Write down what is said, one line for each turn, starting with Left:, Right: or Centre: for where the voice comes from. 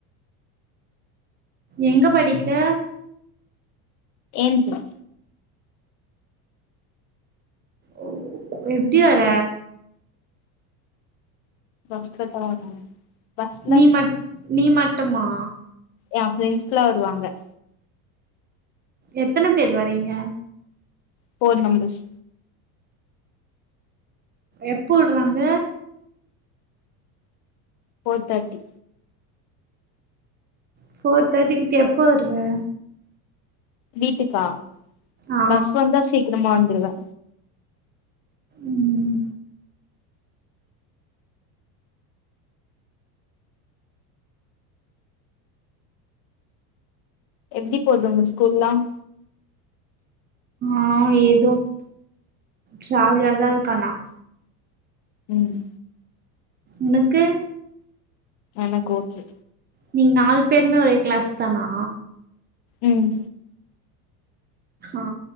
Right: எங்க படிக்கிற
Left: ஏஞ்சல்
Right: ஒ எப்டி வர
Left: பஸ்ல தா வராங்க பஸ்ல
Right: நீ மட் நீ மட்டுமா
Left: என் ஃப்ரெண்ட்ஸ்லா வருவாங்க.
Right: எத்தன பேர் வரீங்க.
Left: ஃபோர் நம்பர்ஸ்
Right: எப்ப உட்றாங்க
Left: ஃபோர் தேர்ட்டி
Right: ஃபோர் தேர்ட்டி உட்டு எப்ப வருவே
Left: வீட்டுக்கா
Right: ஆ
Left: பஸ் வந்தா சீக்கிரமா வந்துருவே
Right: ம்
Left: எப்டி போது உங்க ஸ்கூல்லாம்
Right: ஆ ஏதோ ஜாலியா தா இருக்கு ஆனா
Left: ம்
Right: உனக்கு
Left: எனக்கு ஓகே
Right: நீங்க நாலு பேருமே ஒரே கிளாஸ் தானா
Left: ம்
Right: ஆ